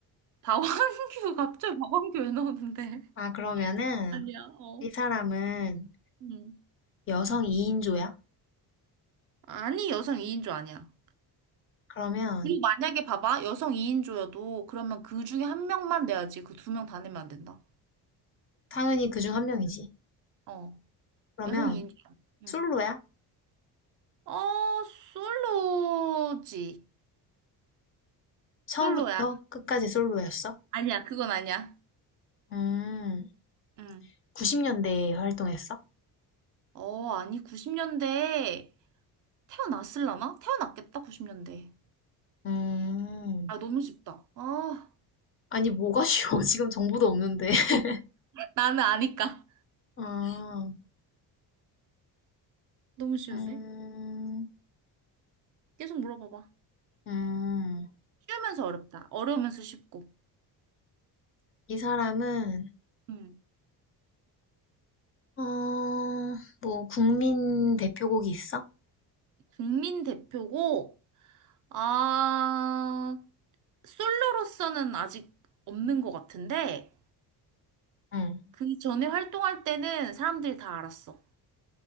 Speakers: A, on the right; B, on the left.
A: 박완규, <laughs> 갑자기 박완규 왜 나오는데?
B: 아, 그러면은
A: 아니야, 어.
B: 이 사람은
A: 응.
B: 여성 2인조야?
A: 아니, 여성 2인조 아니야.
B: 그러면
A: 그리고 만약에 봐봐, 여성 2인조여도 그러면 그 중에 한 명만 내야지. 그 두 명 다 내면 안 된다.
B: 당연히 그 중 한 명이지.
A: 어,
B: 그러면
A: 여성 2인조야. 응.
B: 솔로야?
A: 어, 솔로지.
B: 처음부터
A: 솔로야.
B: 끝까지 솔로였어?
A: 아니야, 그건 아니야.
B: 음,
A: 응.
B: 90년대에 활동했어?
A: 어, 아니, 90년대 태어났을라나? 태어났겠다, 90년대.
B: 음,
A: 아, 너무 쉽다. 아,
B: 아니 뭐가 쉬워? <laughs> 지금 정보도 없는데. <laughs>
A: 나는 아니까.
B: 아,
A: 너무 쉬운데?
B: 음,
A: 계속 물어봐봐.
B: 음,
A: 쉬우면서 어렵다. 어려우면서 쉽고.
B: 이 사람은
A: 음.
B: 어, 뭐 국민 대표곡이 있어?
A: 국민 대표고, 아, 솔로로서는 아직 없는 것 같은데,
B: 응,
A: 그 전에 활동할 때는 사람들이 다 알았어.